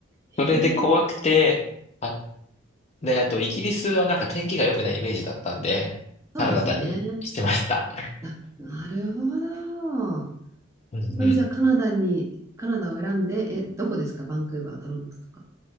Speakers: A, on the right (about 15°); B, on the left (about 35°).
A: えー、
B: れで怖くて、あ、で、あと、イギリスはなんか天気が良くないイメージだったんで、
A: そうですね。
B: カナダにしてました。
A: あ、なるほど。
B: うんうん。
A: そこでじゃあカナダに、カナダを選んで、え、どこですかバンクーバー、トロントとか。